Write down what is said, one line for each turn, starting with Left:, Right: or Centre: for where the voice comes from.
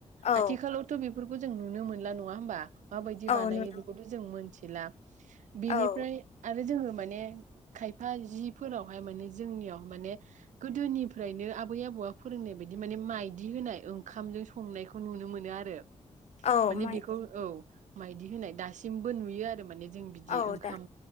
Left: औ
Right: आथिखालावथ' बेफोरखौ जों नुनो मोनला नङा ह होनबा माबायदि
Left: औ
Right: बानायो
Left: नुदों
Right: बेखौथ' जों मोन सिलाप बेनिफ्राय
Left: औ
Right: आरो जोङो माने खायफा जिफोरावहाय माने जोंनियाव माने गोदोनिफ्रायनो आबै आबौआ फोरोंनाय बायदि माने माइदि होनाय ओंखामजों संनायखौ नुनो मोनो आरो
Left: औ
Right: माने
Left: माइ
Right: बेखौ औ मायदि होनाय दासिमबो नुयो आरो माने जों बिदि
Left: औ
Right: ओंखाम
Left: दा